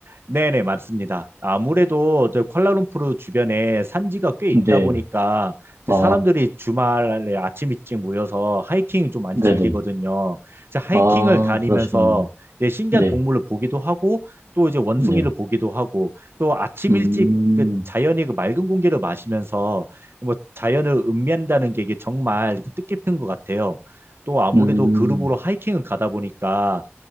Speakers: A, on the right (about 55°); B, on the right (about 85°).
A: 네네, 맞습니다. 아무래도 저 쿠알라룸푸르 주변에 산지가 꽤 있다
B: 네.
A: 보니까 이제
B: 아,
A: 사람들이 주말에 아침 일찍 모여서 하이킹 좀 많이
B: 네네.
A: 즐기거든요. 이제 하이킹을
B: 아,
A: 다니면서
B: 그러시면,
A: 이제 신기한
B: 네,
A: 동물을 보기도 하고 또 이제 원숭이를
B: 네.
A: 보기도 하고 또 아침
B: 음,
A: 일찍 그 자연이 그 맑은 공기를 마시면서 뭐 자연을 음미한다는 게 이게 정말 그 뜻깊은 것 같아요. 또 아무래도
B: 음,
A: 그룹으로 하이킹을 가다 보니까